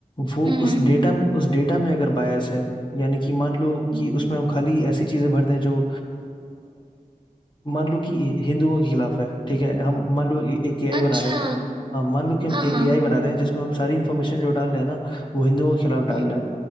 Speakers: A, on the left; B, on the right.
A: वो
B: हम्म,
A: उस डेटा में उस डेटा में अगर बायस है यानी कि मान लो
B: हम्म।
A: कि उसमें हम खाली ऐसी चीजें भर दें जो मान लो कि हि- हिंदुओं के खिलाफ है ठीक है हम मान लो ए- एक एआई
B: अच्छा
A: बना रहे हैं हाँ मान लो कि हम
B: हाँ
A: एक
B: हाँ
A: एआई बना रहे हैं जिसमें हम सारी इन्फॉर्मेशन जो डाल रहे हैं ना वो हिंदुओं के खिलाफ डाल
B: हम्म,
A: रहे हैं